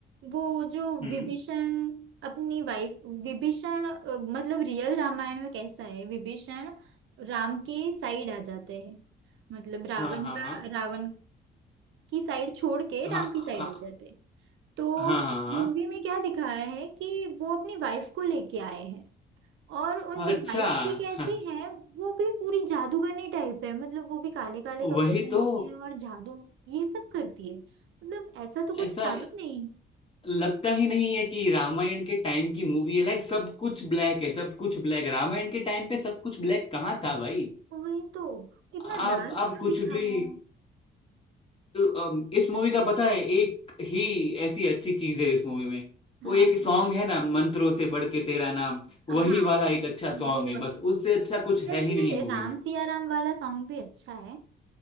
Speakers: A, on the right (about 75°); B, on the left (about 30°).
A: वो जो
B: हम्म
A: विभीषण अपनी वाइफ विभीषण अ, मतलब रियल रामायण में कैसा है विभीषण राम के साइड आ जाते हैं मतलब रावण
B: हाँ हाँ
A: का
B: हाँ
A: रावण की साइड छोड़ के
B: हाँ
A: राम की
B: हाँ
A: साइड आ जाते हैं तो
B: हाँ हाँ
A: मूवी में क्या दिखाया है कि वो अपनी वाइफ को लेके आए हैं और उनकी
B: हाँ अच्छा
A: वाइफ
B: हाँ,
A: भी कैसी
B: अच्छा।
A: है वो भी पूरी जादूगरनी टाइप है मतलब वो भी काले
B: <laughs>
A: काले कपड़े
B: वही
A: पहनती
B: तो
A: है और जादू ये सब करती है मतलब ऐसा तो कुछ
B: ऐसा
A: था ही नहीं
B: लगता ही नहीं है कि रामायण के टाइम की मूवी है लाइक सब कुछ ब्लैक है सब कुछ ब्लैक रामायण के टाइम पे सब कुछ ब्लैक कहाँ था भाई
A: वही तो इतना
B: आप
A: डार्क
B: आप
A: क्यों
B: कुछ
A: दिखाया
B: भी अम, इस मूवी का पता है एक ही ऐसी अच्छी चीज है इस मूवी में वो
A: हाँ
B: एक सॉन्ग है ना मंत्रों से बढ़ के तेरा नाम वही
A: हाँ हाँ,
B: वाला एक अच्छा
A: वो
B: सॉन्ग है
A: अच्छा
B: बस उससे अच्छा कुछ है
A: वैसे
B: ही नहीं मूवी
A: राम
B: में
A: सिया राम वाला सॉन्ग भी अच्छा है